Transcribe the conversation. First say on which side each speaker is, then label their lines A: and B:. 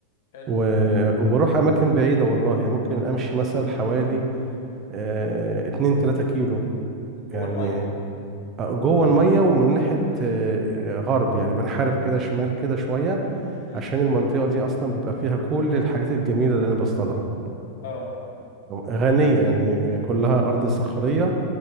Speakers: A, on the left; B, on the right.
A: حلو
B: و...
A: ده
B: وبروح اماكن بعيدة والله يعني ممكن امشي مثلا حوالي آه، 2 3 كيلو
A: جوه
B: يعني
A: الميه
B: آه، جوه الميه ومن ناحيه
A: امم
B: آه، غرب يعني بنحارب كده شمال كده شويه
A: امم
B: عشان المنطقه دي اصلا بيبقى فيها كل الحاجات الجميله اللي انا بصطادها
A: اه
B: غنيه يعني آه، كلها ارض صخريه